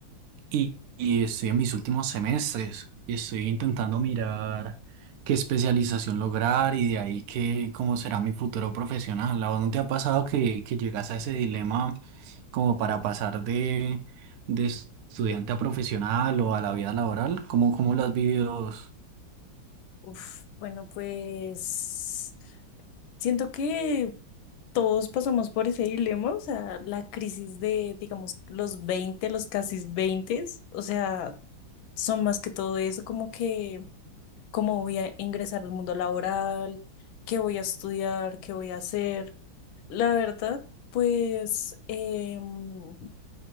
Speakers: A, on the right (about 80°); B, on the left (about 85°).
A: y, y estoy en mis últimos semestres y estoy intentando mirar qué especialización lograr y de ahí qué cómo será mi futuro profesional. ¿A vos no te ha pasado que, que llegas a ese dilema como para pasar de, de estudiante a profesional o a la vida laboral? ¿Cómo, cómo lo has vivido vos?
B: Uf, bueno, pues siento que todos pasamos por ese dilema, o sea, la crisis de, digamos, los 20, los casi 20, o sea, son más que todo eso, como que, cómo voy a ingresar al mundo laboral, qué voy a estudiar, qué voy a hacer. La verdad, pues, em,